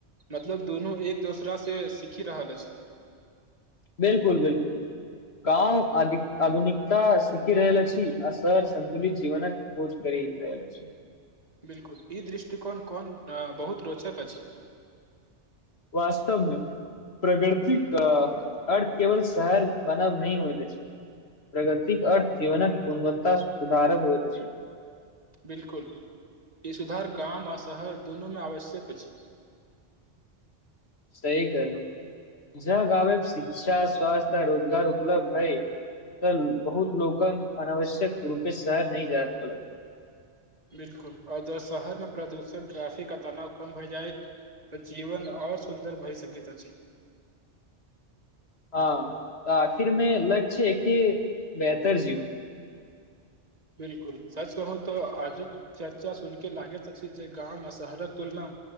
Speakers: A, on the right (about 35°); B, on the left (about 60°).
A: मतलब दुनू एक दोसरासे सीखी रहल अछि
B: बिल्कुल बिल्कुल गाँव आ आधुनिकता सीखि रहल अछी शहर संन्तुलित जीवनक पहुच अछी
A: बिल्कुल ई दृष्टिकोण कोन बहुत रोचक अछि
B: वास्तवमे प्रगृतिक अर्थ केवल शहर बनाब न होइत अछि प्रगतिक अर्थ जीवनक गुणवत्ता सुधारक होइत अछि
A: बिल्कुल ई सुधार गाम आ शहर दुनूमे आवश्यक अछि
B: सही कहलौ ज गामे शिक्षा स्वस्थ्य रोजगार उपलब्ध हइ तऽ बहुत लोकक अनावश्यक रूपे शहर नहि जाय पड़त
A: बिल्कुल अगर शहरमे प्रदूषण ट्राफिक आ तनाव कम भए जाए तऽ जीवन आ ओर सुन्दर भय सकैत अछि
B: <inaudible> हाँ आखिर में लक्ष्य कि बेहतर जीवन
A: बिल्कुल सच कहू तऽ आज चर्चा सुनिक लागैत अछि जे गाम आ शहरक तुलना